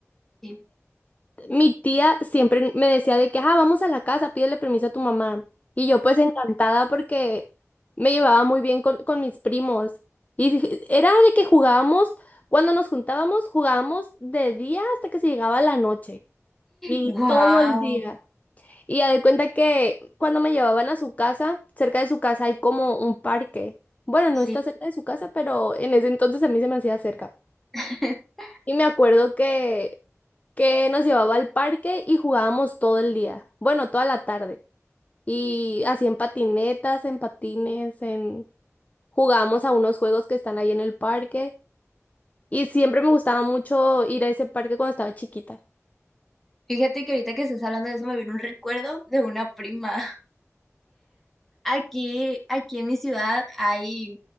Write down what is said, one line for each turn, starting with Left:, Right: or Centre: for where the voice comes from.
Centre: sí,
Left: mi tía siempre me decía de que, ah, vamos a la casa, pídele permiso a tu mamá. Y yo pues encantada porque me llevaba muy bien con, con mis primos. Y dije- era de que jugábamos, cuando nos juntábamos, jugábamos de día hasta que se llegaba la noche. Y
Centre: Wow.
Left: todo el día. Y ya de cuenta que cuando me llevaban a su casa, cerca de su casa hay como un parque. Bueno, no
Centre: sí.
Left: está cerca de su casa, pero en ese entonces a mí se me hacía cerca.
Centre: <laughs>
Left: Y me acuerdo que, que nos llevaba al parque y jugábamos todo el día. Bueno, toda la tarde. Y así en patinetas, en patines, en... Jugábamos a unos juegos que están ahí en el parque. Y siempre me gustaba mucho ir a ese parque cuando estaba chiquita.
Centre: Fíjate que ahorita que estás hablando de eso me vino un recuerdo de una prima. <laughs> Aquí, aquí en mi ciudad hay